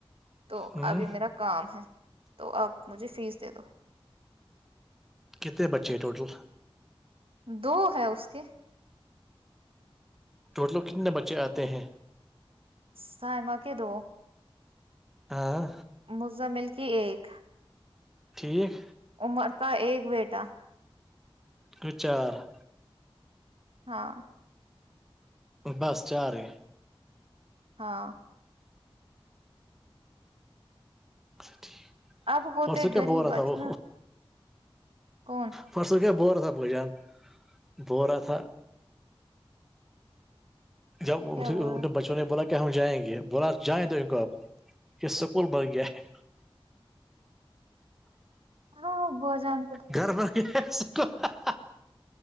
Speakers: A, on the right (about 70°); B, in the centre.
A: تو
B: ہ
A: ابھی میرا کام ہے تو آپ مجھے فیس دے دو
B: کتنے بچے ٹوٹل
A: دو ہے اس کے
B: ٹوٹلو کتنے بچے آتے ہیں
A: سائمہ کہ دو
B: ہاں
A: مزمل کی ایک
B: ٹھیک
A: عمر کا ایک بیٹا
B: ہ چار <inaudible>
A: ہاں
B: بس چار ہی
A: ہاں
B: ا
A: اب ہوتے
B: پرسوں کیا
A: غریب
B: بو رہا
A: اچ
B: تھا وہ
A: میں کون
B: پرسوں کیا ب رہا تھا بئی جان ب رہا تھا جب
A: کیا
B: ان
A: بول رہا
B: بچ <inaudible> نے بولا کیا ہم جائیں گے بولا جائیں تو ان کو اب یہ سکول بن گیا ہے
A: ہاں بجن
B: گھر پر کے <inaudible>